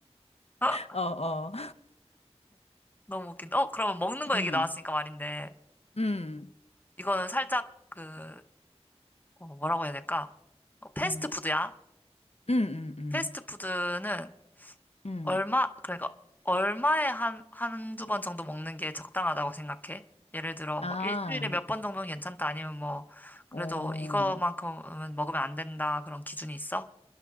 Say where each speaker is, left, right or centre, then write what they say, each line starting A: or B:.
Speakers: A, on the left; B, on the left.
A: <laughs>
B: <laughs> 어, 어.
A: 너무 웃긴다. 어, 그러면 먹는 거
B: 음,
A: 얘기 나왔으니까 말인데,
B: 음,
A: 이거는 살짝 그, 어, 뭐라고 해야 될까? 어, 패스트푸드야.
B: 음, 음, 음, 음.
A: 패스트푸드는
B: 음.
A: 얼마, 그러니까 얼마에 한, 한두 번 정도 먹는 게 적당하다고 생각해? 예를 들어
B: 아,
A: 뭐 일주일에 몇 번 정도는 괜찮다 아니면 뭐 그래도
B: 오.
A: 이거만큼은 먹으면 안 된다 그런 기준이 있어?